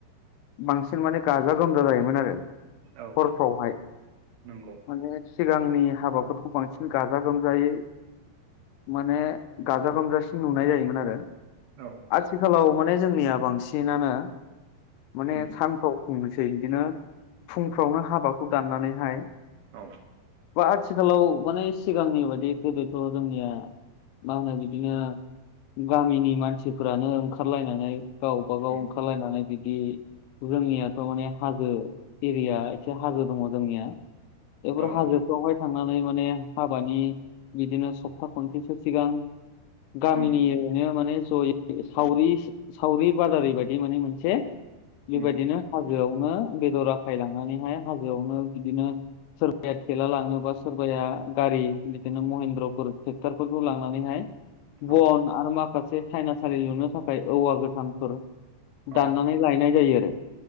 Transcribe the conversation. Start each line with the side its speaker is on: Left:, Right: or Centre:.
Left: बांसिन माने गाजा गोमजा जायोमोन आरो
Right: औ
Left: हरफ्रावहाय।
Right: नंगौ।
Left: माने सिगांनि हाबाफोरखौ बांसिन गाजा गोमजायै। माने गाजा गोमजासिम नुनाय जायोमोन आरो।
Right: औ
Left: आथिखालाव माने जोंनिया बांसिनानो माने
Right: उम
Left: सान्थौ। बुंनोसै बिदिनो फुंफ्रावनो हाबाखौ ग हाय
Right: औ
Left: बा आथिखालाव माने सिगांनि बायदि गोदोथ' जोंनिया मा होनो बिदिनो। गामिनि मानसिफोरानो ओंखारलायनानै गावबागाव
Right: उम
Left: ओंखारलायनानै बि जोंनियाथ' माने हाजो एरिया एसे हाजो दङ जोंनिया बेफोर
Right: औ
Left: हाजोफोरावहाय थांनानै माने हाबानि बिदिनो सप्ता खनसेसो सिगां गामिनि
Right: उम
Left: उरैनो माने जयै सावरि बादारि बायदि माने मोनसे बेबायदिनो
Right: उम
Left: हाजोआवनो बेदर आखाय लांनानैहाय हाजोआवनो बिदिनो सोरबाया थेला लाङोब बा सोरबाया गारि बिदिनो महेन्द्रफोर टेक्टर लांनानैहाय बन
Right: औ
Left: आरो माखासे साइनासालि लुनो थाखाय औवा गोथांफोर दाननानै
Right: औ
Left: लायनाय जायो आरो